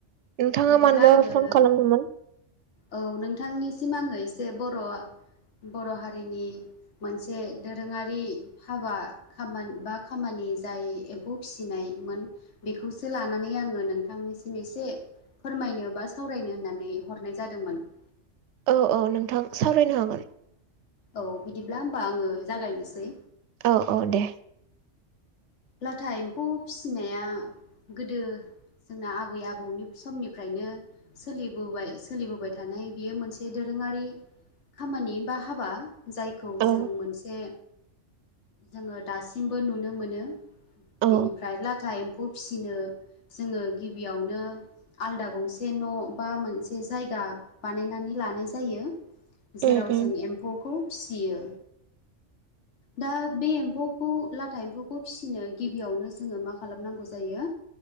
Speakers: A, on the right; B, on the left.
A: नोंथाङा
B: बिदिब्ला
A: मानोबा
B: आङो
A: फन खालामदोंमोन
B: औ नोंथांनिसिम आङो एसे बर' बर' हारिनि मोनसे दोरोङारि हाबा खामान बा खामानि नि जाय एम्फौ फिसिनायमोन बेखौसो लानानै आङो नोंथांनिसिम एसे फोरमायनो बा सावरायनो होननानै हरनाय जादोंमोन ।
A: औ-औ नोंथां सावरायनो हागोन।
B: औ बिदिब्ला होमबा आङो जागायनोसै।
A: औ-औ दे।
B: लाथा एम्फौ फिसिनाया गोदो जोंना आबै आबौनि समनिफ्रायनो सोलिबोबाय-सोलिबोबाय थानाय बेयो मोनसे दोरों दोंरोंङारि खामानि बा हाबा जायखौ
A: औ
B: जों मोनसे जोङो दासिमबो नुनो मोनो।
A: औ
B: बेनिफ्राय लाथा एम्फौ फिसिनो जोङो गिबियावनो आलदा गं से न' बा मोनसे जायगा बानायनानै लानाय जायो। जेराव
A: उम उम
B: जों एम्फौखौ फिसियो दा बे एम्फौखौ लाथा एम्फौखौ फिसिनो गिबियावनो जोङो मा खालामनांगौ जायो